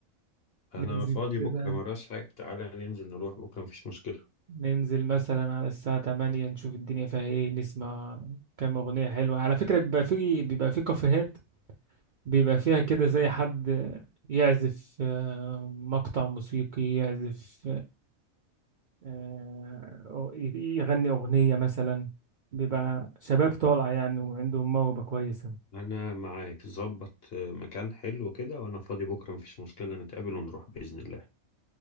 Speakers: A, on the left; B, on the right.
A: انا
B: ننزل
A: فاضي
B: كده
A: بكرة مراش حاجة تعالى ننزل نروح بكرة مفيش مشكلة
B: ننزل مثلا على الساعة 8 نشوف الدنيا فيها ايه نسمع كام أغنية حلوة على فكرة بيبقى في بيبقى في كافيهات بيبقى فيها كده زي حد يعزف آه، مقطع موسيقي يعزف آه، أغ- يغني أغنية مثلا بيبقى شباب طالع يعني وعندهم موهبة كويسة
A: انا معاك ظبط مكان حلو كده وانا فاضي بكرة مفيش مشكلة نتقابل ونروح بإذن الله